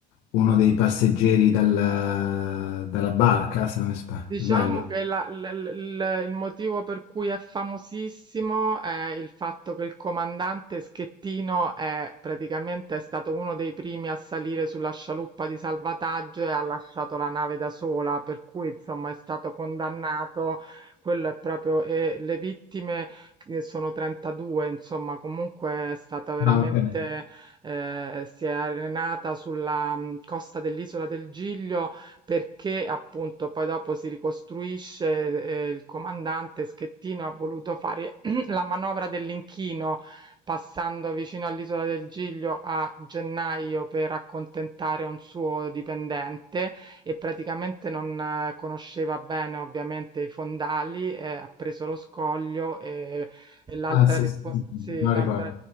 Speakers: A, on the left; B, on the right.
A: uno dei passeggeri dal- dalla barca, se non sba-
B: Diciamo
A: sbaglio.
B: che la- l- l- l- il motivo per cui è famosissimo è il fatto che il comandante Schettino è praticamente è stato uno dei primi a salire sulla scialuppa di salvataggio e ha lasciato la nave da sola, per cui insomma è stato condannato. Quello è proprio, e le vittime che sono 32, insomma, comunque è stata veramente,
A: Ah, ok.
B: eh, si è arenata sulla mh, costa dell'isola del Giglio perché appunto poi dopo si ricostruisce, ehm, il comandante Schettino ha voluto fare <clears throat> <coughs> la manovra dell'inchino, passando vicino all'isola del Giglio a gennaio per accontentare un suo dipendente e praticamente non eh, conosceva bene ovviamente i fondali, ehm, ha preso lo scoglio e e l'altra
A: Ah, sì,
B: respo
A: sì, sì, sì,
B: sì,
A: non
B: l'altra
A: ricordo.